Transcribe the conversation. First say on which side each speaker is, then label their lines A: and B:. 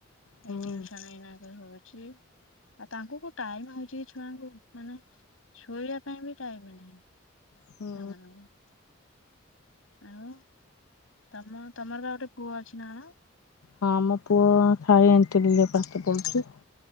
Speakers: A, on the left (about 85°); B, on the left (about 70°).
A: ହୁଁ
B: ଏ ଟିଉସନ୍‌ ଏଇନାକ ହଉଛି। ତାଙ୍କ କୁ ଟାଇମ୍ ହଉଛି କି ଛୁଆଙ୍କୁ ମାନେ ଶୋଇବା ପାଇଁ ବି ଟାଇମ୍ ନାହିଁ ସେମାନଙ୍କୁ।
A: ହୁଁ।
B: ଆଉ ତମ ତମର ବା ଗୋଟେ ପୁଅ ଅଛି ନା କଣ?
A: ହଁ ମୋ ପୁଅ ଥାଇ ଏନ୍‌ଟନି ରେ ପାଠ ପଢୁଛି।